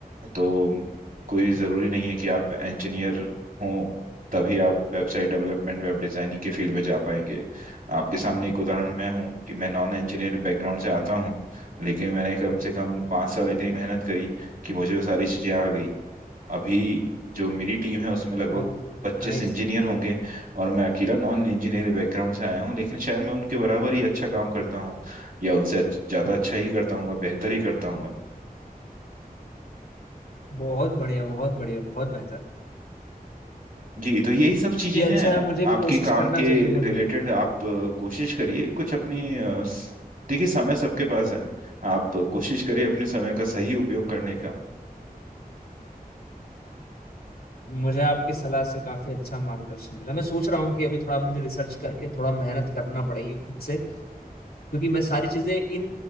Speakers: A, on the right; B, on the left.
A: तो कोई ज़रूरी नहीं है कि आप इंजीनियर हो तभी आप वेबसाइट डेवलपमेंट वेब डिज़ाइनिंग के फील्ड में जा पाएंगे आपके सामने एक उदाहरण मैं हूँ कि मैं नॉन इंजीनियर बैकग्राउंड से आता हूँ लेकिन मैंने कम से कम पाँच साल इतनी मेहनत करी कि मुझे वो सारी चीज़ें आ गई अभी जो मेरी टीम है उसमें लगभग
B: ओ
A: पच्चीस
B: नाइस
A: इंजीनियर होंगे और मैं अकेला नॉन इंजीनियर बैकग्राउंड से आया हूँ लेकिन शायद मैं उनके बराबर ही अच्छा काम करता हूँ या उनसे ज़्यादा अच्छा ही करता हूँ बेहतर ही करता हूँ
B: बहुत बढ़िया बहुत बढ़िया बहुत बेहतर
A: जी तो यही सब चीजें
B: ये
A: हैं
B: अच्छा है मुझे भी
A: आपके
B: कोशिश
A: काम
B: करना
A: के
B: चाहिए मुझे
A: रिलेटेड आप अ, कोशिश करिए कुछ अपनी अ, स- देखिए समय सबके पास है आप कोशिश करिए अपने समय का सही उपयोग करने का
B: मुझे आपकी सलाह से काफी अच्छा मार्गदर्शन मिला मैं सोच रहा हूँ कि अभी थोड़ा मुझे रिसर्च करके थोड़ा मेहनत करना पड़ेगी खुद से क्योंकि मैं सारी चीजें इन